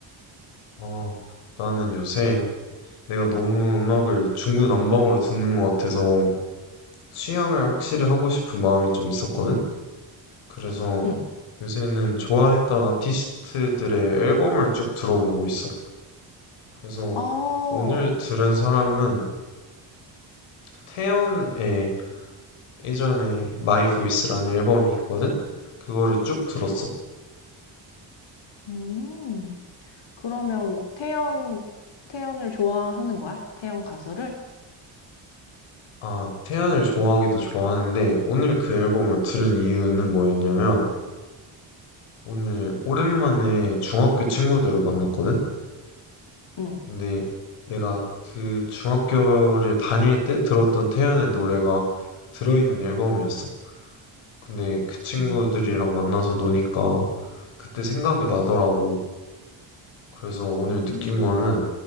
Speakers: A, on the left; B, on the left.
A: 어, 나는 요새 내가 너무 음악을 중구난방으로 듣는 것 같아서 취향을 확실히 하고 싶은 마음이 좀 있었거든? 그래서
B: 응.
A: 요새는 좋아했던 아티스트들의 앨범을 쭉 들어보고 있어. 그래서
B: 어,
A: 오늘 들은 사람은 태연의 예전에 마이 보이스라는 앨범이 있거든? 그거를 쭉 들었어.
B: 음. 그러면 태연, 태연을 좋아하는 거야? 태연 가수를?
A: 아, 태연을 좋아하기도 좋아하는데, 오늘 그 앨범을 들은 이유는 뭐였냐면, 오늘 오랜만에 중학교 친구들을 만났거든?
B: 응.
A: 근데 내가 그 중학교를 다닐 때 들었던 태연의 노래가 들어있는 앨범이었어. 근데 그 친구들이랑
B: 음.
A: 만나서 노니까 그때 생각이 나더라고. 그래서 오늘
B: 음.
A: 느낀 거는,